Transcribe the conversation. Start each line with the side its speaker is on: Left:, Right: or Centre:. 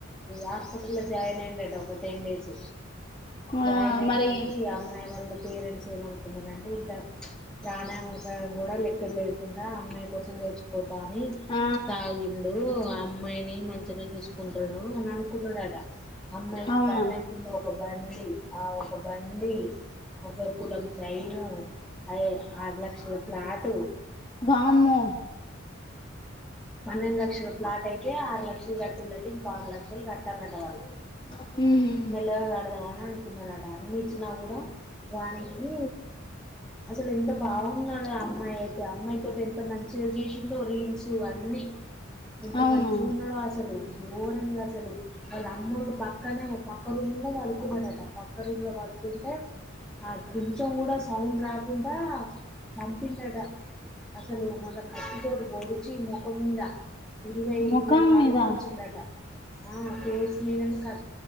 Centre: హాస్పిటలో జాయినయిండట ఒక టెన్ డేస్ జాయిన్
Left: ఆ
Centre: అయినంక
Left: మరి
Centre: ఈ అమ్మాయి వాళ్ల పేరెంట్స్ ఏమనుకున్నారంటే ఇద్ద ప్రాణాల కోసం కూడా లెక్క లేకుండా అమ్మాయి కోసం చచ్చిపోతానని
Left: ఆ
Centre: తాగ్ పిండు ఆ అమ్మాయిని మంచిగా చూసుకుంటాడు అని అనుకున్నడట అమ్మాయికి
Left: అవునా
Centre: కట్నం కింద ఒక బండి ఆ ఒక బండి. ఒక తులం చైను అద ఆరు లక్షల ప్లాటు
Left: వామ్మో
Centre: పన్నెండు లక్షల ప్లాట్ అయితే ఆరు లక్షలు కట్టిందట ఇంకో ఆరు లక్షలు కట్టాలట వాళ్ళు
Left: మ్ హూ
Centre: మెల్లంగా కడదామని అనుకున్నారట అన్నిచ్చినా కూడా వానికీ అసలు ఎంత బాగున్నాది ఆ అమ్మాయి అయితే అమ్మాయితో ఎంత మంచిగ జేషిండో రీల్స్ టివన్ని ఎంత
Left: అవును
Centre: మంచిగున్నాడో అసలు గోరంగసలు వాళ్ళఅమ్మోళ్ళు పక్కనే పక్క రూమ్లే వడుకున్నాడటా పక్క రూమ్లో పడుకుంటే ఆ కొంచెం కూడా సౌండ్ రాకుండా చంపిండట. అసలు మళ్ళ కత్తి తోటి పోడిచి మొఖం మీద ఇరవై
Left: ముఖం
Centre: ఇరవై సార్ల
Left: మీద
Centre: పొడిచిండట ఆ ఫేస్ మీద క